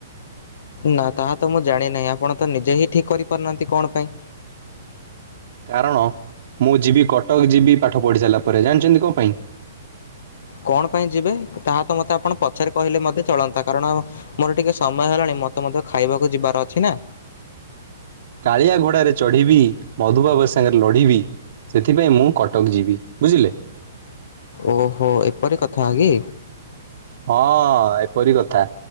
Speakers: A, on the left; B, on the right.
A: ନା ତାହା ତ ମୁଁ ଜାଣି ନାହିଁ ଆପଣ ତ ନିଜେ ହିଁ ଠିକ୍ କରିପାରୁନାହାନ୍ତି କଣ ପାଇଁ?
B: କାରଣ ମୁଁ ଯିବି କଟକ୍ ଯିବି ପାଠ ପଢ଼ି ସାରିଲା ପରେ ଜାଣିଛନ୍ତି କଣ ପାଇଁ?
A: କଣ ପାଇଁ ଯିବେ ତାହା ତ ମୋତେ ଆପଣ ପଛରେ କହିଲେ ମୋତେ ଚଳନ୍ତା କାରଣ ମୋର ଟିକେ ସମୟ ହେଲାଣି ମତେ ମୋତେ ଖାଇବାକୁ ଯିବାର ଅଛି ନା।
B: କାଳିଆ ଘୋଡ଼ାରେ ଚଢ଼ିବି ମଧୁବାବୁ ସାଙ୍ଗରେ ଲଢ଼ିବି। ସେଥିପାଇଁ ମୁଁ କଟକ୍ ଯିବି ବୁଝିଲେ।
A: ଓହୋ ଏପରି କଥା କି?
B: ହଁ ଏପରି କଥା।